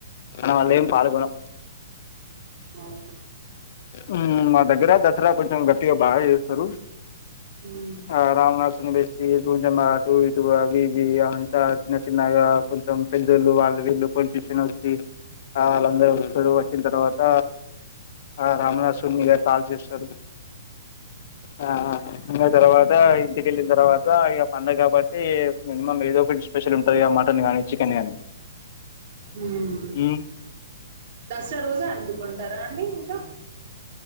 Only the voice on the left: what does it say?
మనం అల్లె ఏం పాల్గొనం
మ్ మా దగ్గర దసరా కొంచెం గట్టిగా బాగా చేస్తారు
ఆ రావణాస్ సున్ని బెట్టి కొంచెం అటు ఇటు అవి ఇవి అంతా చిన్న చిన్నగా కొంచెం పెద్దోళ్ళు వాళ్ళు రెండో పన్ చేసినోర్కి కావాల అందరు వస్తారు వచ్చిన తర్వాత ఆ రావణాసురున్ని ఇగ కాల్చేస్తారు ఆ ఇంక తర్వాత ఇంటికి ఎళ్ళిన తర్వాత ఇగ పండగ కాబట్టి మినిమం ఏదో ఒకటి స్పెషల్ ఉంటది మటన్ గానీ చికెన్ గానీ
మ్మ్